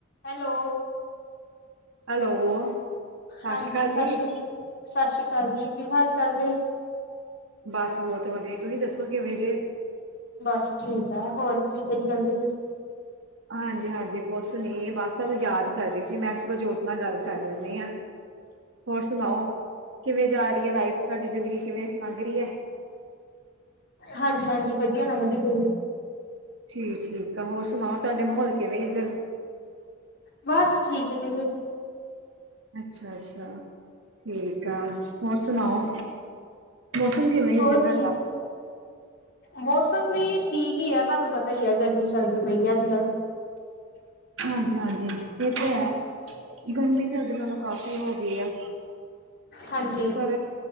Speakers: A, on the left; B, on the right.
A: ਹੈਲੋ।
B: ਹੈਲੋ। ਸਤਿ
A: ਹਾਂਜੀ
B: ਸ਼੍ਰੀ ਅਕਾਲ
A: ਸਤਿ
B: ਜੀ
A: ਸ੍ਰੀ ਸਤਿ ਸ੍ਰੀ ਅਕਾਲ ਜੀ ਕੀ ਹਾਲ ਚਾਲ ਜੇ।
B: ਬਸ ਬਹੁਤ ਵਧੀਆ ਤੁਸੀਂ ਦੱਸੋ ਕਿਵੇਂ ਜੇ।
A: ਬਸ ਠੀਕ ਹੈ ਹੋਰ ਕੀ ਕਰੀ ਜਾਂਦੇ ਸੀ।
B: ਹਾਂਜੀ ਹਾਂਜੀ, ਕੁਛ ਨੀ ਬਸ ਤੁਾਨੂੰ ਯਾਦ ਕਰ ਰਹੀ ਸੀ ਮੈਂ ਚਲੋ ਜੋਤ ਨਾਲ ਗੱਲ ਕਰ ਲੈਂਦੀ ਹਾਂ। ਹੋਰ ਸੁਣਾਓ ਕਿਵੇਂ ਜਾ ਰਹੀ ਹੈ, ਲਾਈਫ ਤੁਹਾਡੀ ਜ਼ਿੰਦਗੀ ਕਿਵੇਂ ਲੰਘ ਰਹੀ ਹੈ।
A: ਹਾਂਜੀ ਹਾਂਜੀ, ਵਧੀਆ ਲੰਘਦੀ ਪਈ ਐ।
B: ਠੀਕ ਠੀਕ ਆ ਹੋਰ ਸੁਣਾਓ ਤੁਹਾਡੇ ਮਾਹੌਲ ਕਿਵੇਂ ਇੱਧਰ।
A: ਬਸ ਠੀਕ ਨੇ ਜੇ।
B: ਅੱਛਾ ਅੱਛਾ ਠੀਕ ਆ ਹੋਰ ਸੁਣਾਓ। ਮੌਸਮ ਕਿਵੇਂ
A: ਹੋਰ
B: ਇੱਧਰ ਤੁਹਾਡਾ
A: ਠੀਕ ਮੌਸਮ ਵੀ ਠੀਕ ਹੀ ਆ ਤੁਹਾਨੂੰ ਪਤਾ ਹੀ ਹੈ ਗਰਮੀ ਚੱਲਦੀ ਪਈ ਹੈ ਅੱਜ ਕੱਲ।
B: ਹਾਂਜੀ ਹਾਂਜੀ ਇਹ ਤਾਂ ਹੈ ਗਰਮੀ ਤਾਂ ਅੱਗੇ ਨਾਲੋਂ ਕਾਫੀ ਹੋ ਗਈ ਆ।
A: ਹਾਂਜੀ,
B: ਪਰ